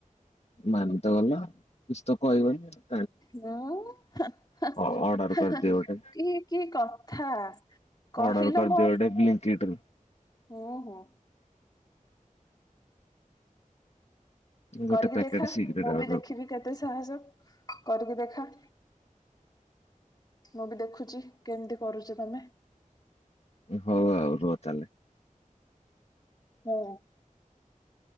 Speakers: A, on the left; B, on the left.
A: ମାନିତ ଗଲା କିଛି ତ କହିବନି ଆଉ।
B: ମୁଁ ହେ ହେ
A: ଅର୍ଡର
B: ହେ
A: କରିଦିଅ
B: ହେ
A: ଗୋଟେ
B: ଇଏ କି କଥା। କହିଲ
A: ଅର୍ଡର କରିଦିଅ
B: ମୋ
A: ଗୁଟେ ବ୍ଲିଙ୍କିଟ ରୁ।
B: ହୁଁ ହୁଁ।
A: ଗୋଟେ
B: କରିକି
A: ପ୍ୟାକେଟ
B: ଦେଖା
A: ସିଗ୍ରେଟ
B: ମୁଁ
A: ଅର୍ଡର
B: ବି ଦେଖିବି କେତେ ସାହସ କରିକି ଦେଖା। ମୁଁ ବି ଦେଖୁଚି କେମିତି କରୁଚ ତମେ।
A: ହୋଉ ଆଉ ରୁହ ତାହେଲେ।
B: ହଁ।